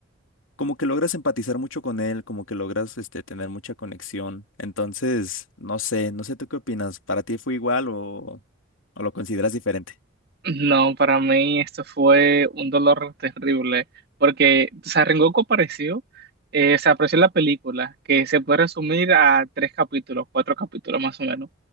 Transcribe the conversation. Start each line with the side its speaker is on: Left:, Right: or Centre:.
Left: como que logras empatizar mucho con él, como que logras este, tener mucha conexión. Entonces, no sé, no sé tú qué opinas. ¿Para ti fue igual o, o lo consideras diferente?
Right: No, para mí esto fue un dolor terrible porque o sea, Rengoku apareció. eh, se apareció en la película, que se puede resumir a tres capítulos, cuatro capítulos más o menos.